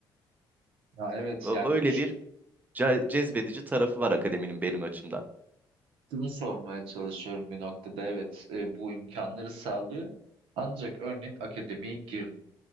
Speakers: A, on the right; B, on the right.
A: Ya evet
B: Ö-
A: yani
B: Öyle bir ce- cezbedici tarafı var akademinin benim açımdan.
A: şunu sormaya çalışıyorum bir noktada. Evet e, bu imkanları sağlıyor. Ancak örneğin akademiye gir